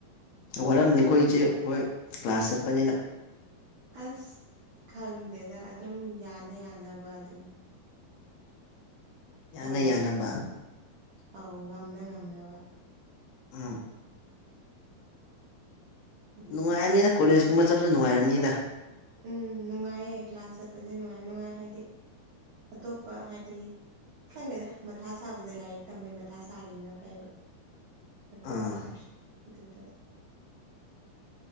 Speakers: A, on the left; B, on the right.
A: ꯋꯥꯔꯝꯅꯤ ꯑꯩꯈꯣꯏ ꯏꯆꯦ ꯍꯣꯏ ꯀ꯭ꯂꯥꯁ ꯆꯠꯄꯅꯤꯅ꯫
B: ꯑꯁ ꯈꯪꯗꯦꯗ ꯑꯗꯨꯝ ꯌꯥꯅ ꯌꯥꯅꯕ ꯑꯗꯨꯅꯤ꯫
A: <inaudible>
B: ꯇꯧꯔꯤꯁꯦ
A: ꯌꯥꯅꯕ
B: ꯑꯧ ꯉꯝꯅ ꯉꯝꯅꯕꯪ
A: ꯎꯝ
B: ꯑꯗꯨꯗꯨꯒꯤ
A: ꯅꯨꯡꯉꯥꯏꯔꯝꯅꯤꯗ꯫ ꯀꯣꯂꯦꯖꯀꯨꯝꯕ ꯆꯠꯄꯁꯦ ꯅꯨꯡꯉꯥꯏꯔꯝꯅꯤꯗ꯫
B: ꯎꯝ ꯅꯨꯡꯉꯥꯏꯌꯦ ꯀ꯭ꯂꯥꯁ ꯆꯠꯄꯁꯦ ꯅꯨꯡꯉꯥꯏ ꯅꯨꯡꯉꯥꯏ ꯍꯥꯏꯗꯤ ꯑꯇꯣꯞꯄ ꯍꯥꯏꯗꯤ ꯈꯪꯗꯦꯗ ꯃꯊꯥ ꯁꯥꯕꯁꯦ ꯂꯥꯏꯔꯤꯛ ꯇꯝꯕꯩ ꯃꯊꯥ ꯁꯥꯒꯤꯕꯅ ꯐꯩꯌꯦꯕ꯫ ꯃꯊꯥ
A: ꯑꯥ
B: ꯁꯥꯔꯁꯨ ꯑꯗꯨꯗ